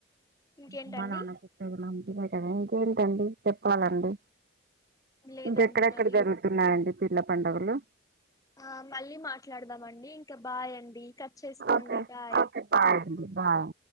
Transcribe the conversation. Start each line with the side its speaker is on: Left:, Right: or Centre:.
Left: ఇంకేంటండి
Right: అమ్మా నాన్న మంచిదే కదా ఇంకేంటండి చెప్పాలండి
Left: లేదండి
Right: ఇంకెక్కడెక్కడ
Left: మరి
Right: జరుగు న్నాయండి పిర్ల పండుగలు
Left: ఆ మళ్ళీ మాట్లాడదామండి ఇంకా బాయ్ అండి కట్ చేసుకోండి
Right: ఓకే
Left: బాయ్
Right: ఓకే బాయ్ అండి బాయ్